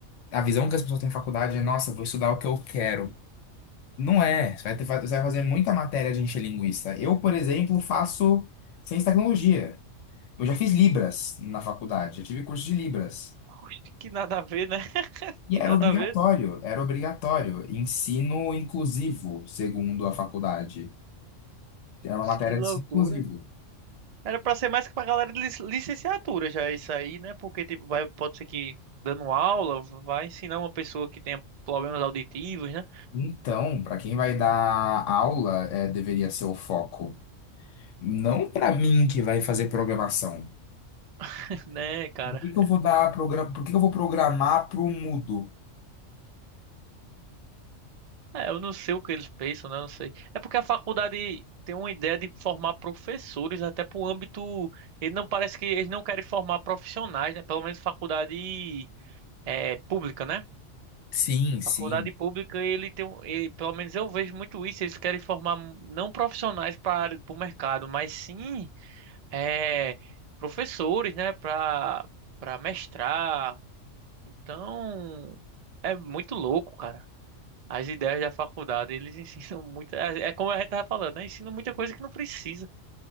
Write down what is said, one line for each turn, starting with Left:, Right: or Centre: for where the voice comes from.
Left: a visão que as pessoas têm na faculdade é, nossa, vou estudar o que eu quero. Não é. Você vai ter, você vai fazer muita matéria de encher linguiça. Eu, por exemplo, faço ciência e tecnologia. Eu já fiz Libras na faculdade, eu tive curso de Libras.
Right: Oxe, que nada a ver, né?
Left: E
Right: Que
Left: era
Right: nada
Left: obrigatório,
Right: a ver.
Left: era obrigatório. Ensino inclusivo, segundo a faculdade. É uma matéria
Right: Que loucura.
Left: de ciclo inclusivo.
Right: Era pra ser mais que pra galera de lic- licenciatura já isso aí, né? Porque tipo, vai, pode ser que dando aula vai ensinar uma pessoa que tenha problemas auditivos, né?
Left: Então, para quem vai dar aula, é, deveria ser o foco. Não para mim que vai fazer programação.
Right: <laughs> Né, cara?
Left: Por que que eu vou dar progra... Por que que eu vou programar para o mudo?
Right: É, eu não sei o que eles pensam, né? Eu Não sei. É porque a faculdade tem uma ideia de formar professores até pro âmbito, ele não parece que eles não querem formar profissionais, né? Pelo menos faculdade é pública, né?
Left: Sim, sim.
Right: Faculdade pública, ele tem um, e, pelo menos eu vejo muito isso, eles querem formar não profissionais para o mercado, mas sim é, professores, né, para para mestrar. Então, é muito louco, cara. As ideias da faculdade, eles <laughs> ensinam muito, é, é como a gente tava falando, né? Ensinam muita coisa que não precisa.